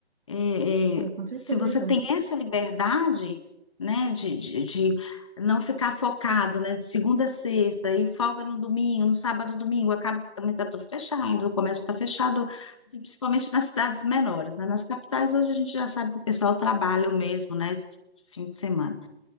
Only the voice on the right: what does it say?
Pô,
com certeza.